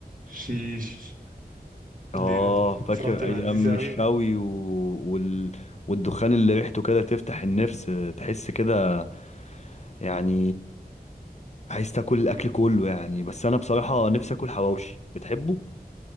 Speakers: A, on the right (about 60°); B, on the left (about 45°).
A: وشيش
B: اه
A: الليله دي
B: فاكر
A: صراحه تبقى
B: ايام
A: لذيذه قوي
B: الشوي و... وال... والدخان اللي ريحته كده تفتح النفس تحس كده يعني عايز تاكل الاكل كله يعني بس انا بصراحه نفسي اكل حواوشي بتحبه